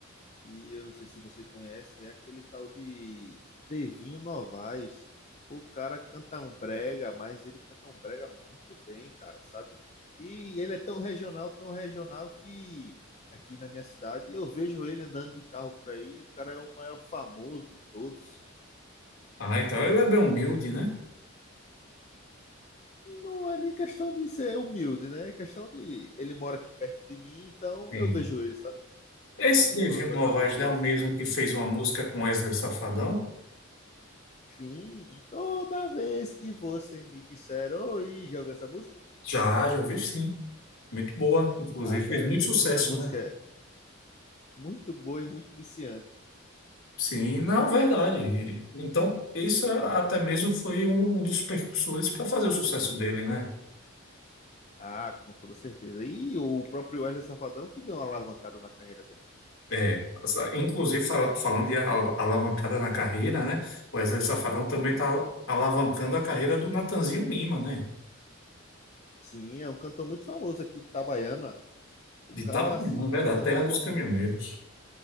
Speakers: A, on the left; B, on the left.
A: e eu não sei se você conhece, é aquele tal de Devinho Novaes. O cara canta um brega, mas ele canta um brega muito bem, cara, sabe? E ele é tão regional, tão regional que aqui na minha cidade eu vejo ele andando de carro por aí, o cara é o maior famoso de todos.
B: Ah, então ele é bem humilde, né?
A: Não é nem questão de ser humilde, né? É questão de. Ele mora aqui perto de mim, então
B: Sim.
A: eu vejo ele, sabe?
B: Esse
A: A gente,
B: Nevinho
A: nó- nós
B: Novaes
A: moramos próximos.
B: não é o mesmo que fez uma música com Wesley Safadão?
A: Sim, e toda vez que você me disser, oi, já ouviu essa música?
B: Já, já ouvi sim. Muito boa. Inclusive,
A: Ah, cara,
B: fez muito sucesso,
A: essa música
B: né?
A: é muito boa e muito viciante.
B: Sim, não, verdade. Então, isso é, até mesmo foi um um dos percussores para fazer o sucesso dele, né?
A: Ah, com toda certeza. E o próprio Wesley Safadão que deu uma alavancada na carreira dele.
B: É, essa- inclusive fal- falando de al- alavancada na carreira, né? O Wesley Safadão também está alavancando a carreira do Natanzinho Lima, né?
A: Sim, é um cantor muito famoso aqui de Itabaiana. O
B: De
A: cara,
B: Itabuna,
A: assim,
B: na
A: tá
B: verdade,
A: fazendo
B: terra dos
A: um
B: caminhoneiros.